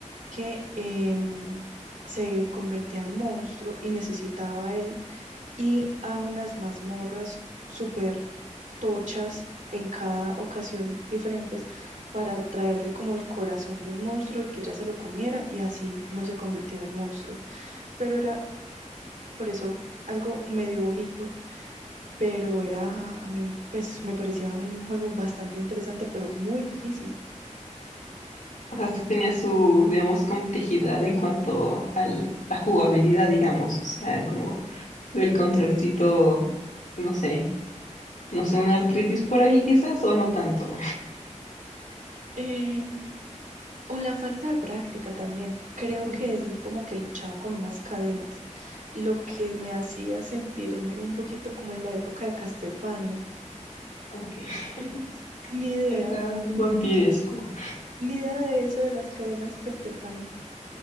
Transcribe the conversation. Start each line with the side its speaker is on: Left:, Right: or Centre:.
Right: que em, se convertía en monstruo y necesitaba él ir a unas mazmorras súper tochas en cada ocasión diferentes para traerle como el corazón de un monstruo y que ella se lo comiera y así no se convirtiera en monstruo. Pero era por eso algo medio bonito pero era, a mí, pues me parecía un juego bastante interesante, pero muy difícil.
Left: O sea, sí tenía su, digamos, complejidad en cuanto a la jugabilidad, digamos, o sea, como del controlcito, no sé, no sé, una artritis por ahí quizás o no tanto.
Right: Em, o la falta de práctica también. Creo
Left: Ok,
Right: que él como que luchaba con unas cadenas, lo que me hacía sentirme un poquito como en la época de Castlevania.
Left: ok. <laughs>
Right: Ni idea,
Left: Acá vampiresco.
Right: ni idea de eso de las cadenas y Castlevania.